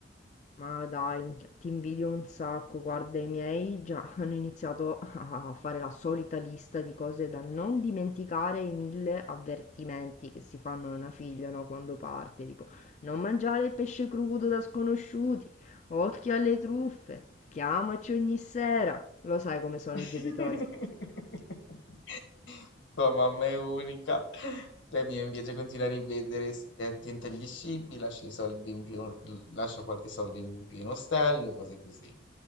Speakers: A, on the left; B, on the left.
A: Ma dai, ti invidio un sacco. Guarda, i miei già <laughs> hanno iniziato a fare la solita lista di cose da non dimenticare, i mille avvertimenti che si fanno a una figlia, no, quando parte, tipo non mangiare il pesce crudo da sconosciuti, occhio alle truffe, chiamaci ogni sera. Lo sai come sono
B: <laughs>
A: i genitori.
B: Tua mamma è unica. La mia invece continua a ripetere, se è attenta agli scippi, lascia i soldi in più, lascia qualche soldo in più in ostello e cose così.